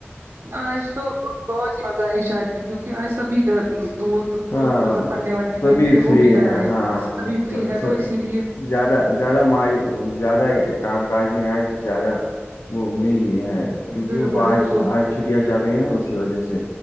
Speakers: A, on the right (about 70°); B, on the left (about 85°).
A: آج تو بہت ہی مزہ ہے شار کیونکہ آج سبھی دور دور
B: ہاں
A: جو مطلب پڑھنے وڑھنے
B: سبھی
A: گئے تھے وہ
B: فری
A: بھی گھر
B: ہیں
A: آئے
B: ہاں
A: سبھی
B: س-
A: فری ہے تو
B: س-
A: اسی لیے
B: زیادہ زیادہ مای زیادہ کام کاج میں آج زیادہ وہ نہیں ہے کیونکہ
A: بالکل
B: ان کو آج
A: بالکل
B: آج چھٹیاں چل رہی ہیں نا اسی وجہ سے